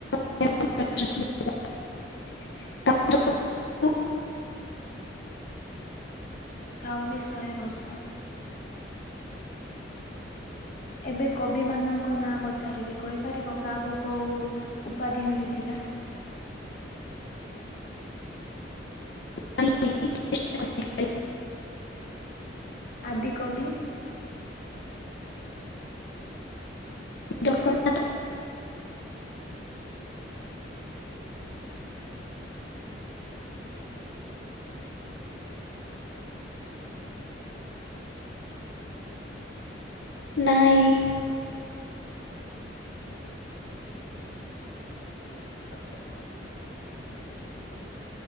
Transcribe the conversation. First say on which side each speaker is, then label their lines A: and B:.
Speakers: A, on the left; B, on the left.
A: <inaudible>
B: କାଉ ବି ଶହେ ବର୍ଷ। ଏବେ କବି ମାନଙ୍କ ନାଁ ପଚାରିବି କହିପାରିବ କାହାକୁ କୋଉ ଉପାଧି ମିଳିଥିଲା।
A: <inaudible>
B: ଆଦିକବି।
A: ଦଖଲ। ନାଇଁ। ଆ।